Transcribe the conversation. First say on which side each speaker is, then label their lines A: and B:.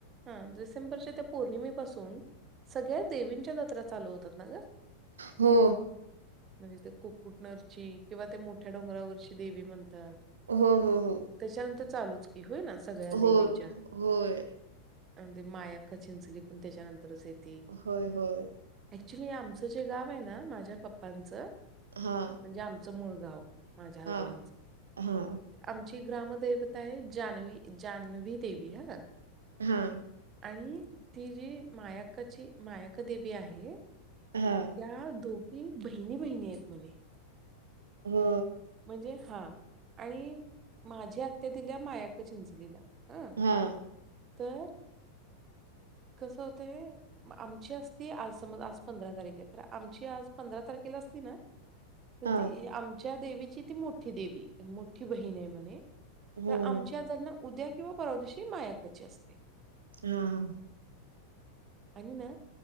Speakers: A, on the right; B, on the right.
A: हा डिसेंबरच्या त्या पौर्णिमेपासून सगळ्या देवींच्या जत्रा चालू होतात ना ग
B: हो.
A: म्हणजे ते कुकुटनरची किंवा ते मोठ्या डोंगरावरची देवी म्हणत्यात.
B: हो हो हो
A: त्याच्यानंतर चालूच की होय ना सगळ्या
B: हो
A: देवींच्या
B: होय.
A: आणि ते मायाख चिंचली पण त्याच्यानंतरच येत
B: होय होय.
A: एक्च्युली आमचं जे गाव आहे ना माझ्या पप्पांचं म्हणजे
B: हा
A: आमचं मूळ गाव माझ्या
B: हा
A: आजोबांच
B: हा
A: आमची ग्राम देवता आहे जानवी जान्हवी देवी हा
B: हा.
A: आणि ती जी मायाकाची मायाकदेवी आहे. त्या
B: हा
A: दोघी बहिणी बहिणी आहेत म्हणे.
B: हो
A: म्हणजे हा आणि माझी आत्या दिल्या मायाक चिंचलीला हां.
B: हा.
A: तर कसं होतय आमची असती आज समज आज पंधरा तारिख आहे तर आमची आज पंधरा तारखे तर
B: हा
A: त आमच्या देवीची ती मोठी देवी मोठी बहीण आहे म्हणे
B: हम्म
A: तर आमच्या ज <inaudible> उद्या किंवा पररादशी मायाकाची असते
B: हा हा
A: आणि ना